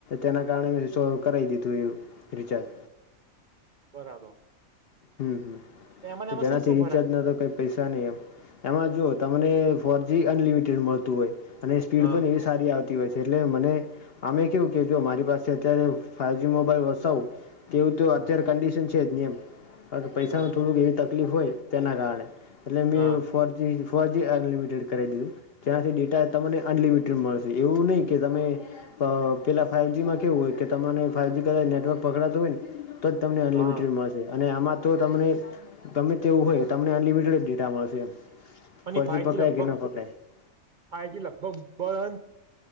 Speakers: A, on the left; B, on the right.
A: તેના કારણે મે કરાવી દીધું એવું રિચાર્જ.
B: બરાબર
A: હમ્મ
B: એમાંને
A: હ
B: એમાં
A: જેના
B: શું
A: થી
B: શું
A: રિચાર્જ
B: ફરક
A: નતો કઈ પૈસા નહી, એમ એમાં જો તમને ફોર જી અનલિમિટેડ મળતું હોય અને સ્પીડ
B: હા
A: પણ એ સારી આવતી હોય છે એટલે મને અમે કવું કે જો મારી પાસે અત્યારે ફાઈવજી મોબાઈલ વસાવું. તેવું તો અત્યારે
B: હા
A: કંડિશન છે જ નિ એમ કારણ કે પૈસાનું
B: હા
A: થોડુંક એવી તકલીફ હોય તેના કારણે એટલે બે
B: હા
A: ફોરજી ફોર જી અનલિમિટેડ કરી દીધું, ત્યાનાથી ડેટા તમને અનલિમિટેડ મળશે એવું નહી કે તમે પેલા ફાઈવજી માં કેવું હોય, કે તમારે ફાઈવજી કરતા નેટવર્ક પકડાતું હોય ને તો જ તને અનલિમિટેડ
B: હા
A: અને આમાં તો તમને ગમે તેવું હોય તમને અનલિમિટેડ ડેટા મળશે.
B: અને
A: ફોર
B: ફાઈજી
A: જી પકડાય
B: લગભગ
A: કે ન
B: <unintelligible>
A: પકડાય
B: પાજી લગભ બળ